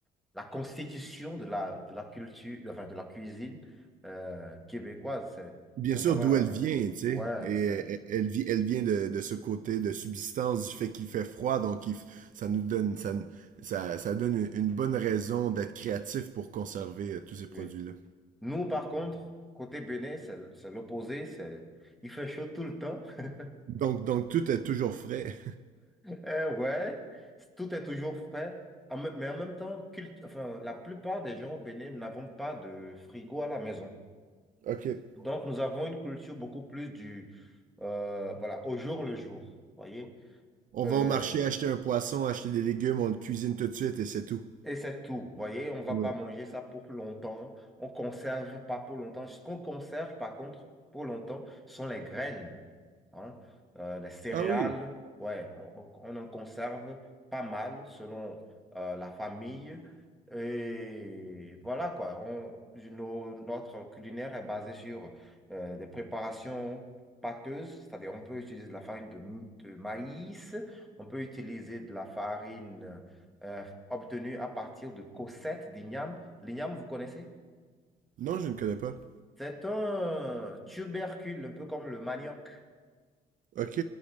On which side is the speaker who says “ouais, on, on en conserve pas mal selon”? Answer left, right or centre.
Centre